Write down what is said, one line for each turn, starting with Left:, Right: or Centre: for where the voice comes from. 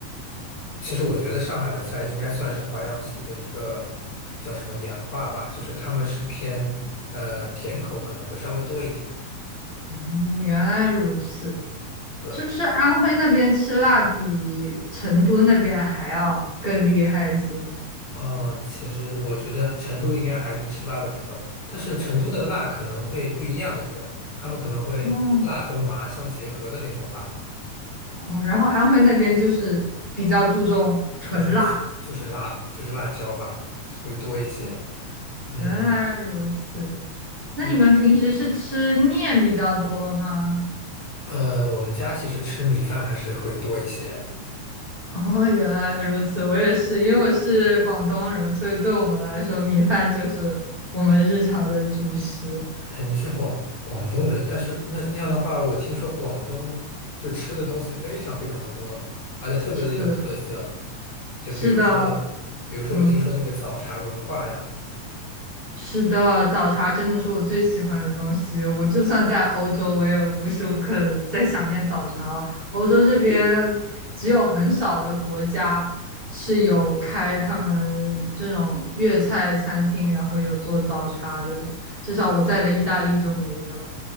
Left: 其实我觉得上海的菜应该算是淮扬系的一个叫什么演化吧，就是他们是偏呃甜口可能会稍微多一点。
Right: 哦，原来如此。
Left: 对，
Right: 是不是安徽那边吃辣比成都那边还要更厉害一些？
Left: 啊、其实我觉得成都应该还是吃辣的比较多，但是成都的辣可能会不一样一点儿，他们可能会辣和麻相结合的那种辣，
Right: 哦哦，然后安徽那边就是比较注重纯辣。
Left: 就是纯就是辣就是辣椒吧，会多一些。
Right: 哦
Left: 嗯
Right: 原来如此。那你们平时是吃面比较多吗？
Left: 嗯呃，我们家其实吃米饭还是会多一些。
Right: <laughs> 哦，原来如此。我也是，因为我是广东人，所以对我们来说，米饭就是我们日常的主食。
Left: 哎，你是广广东人，但是那那样的话，我听说广东就吃的东西非常非常的多，而且特别的有特色。
Right: 是，
Left: 就比如说，
Right: 是的，
Left: 比如说我听说那个早茶文化呀，
Right: 嗯。是的，早茶真的是我最喜欢的东西。我就算在欧洲，我也无时无刻的在想念早茶哦。欧洲这边只有很少的国家是有开他们这种粤菜餐厅，然后有做早茶的，至少我在的意大利就没有。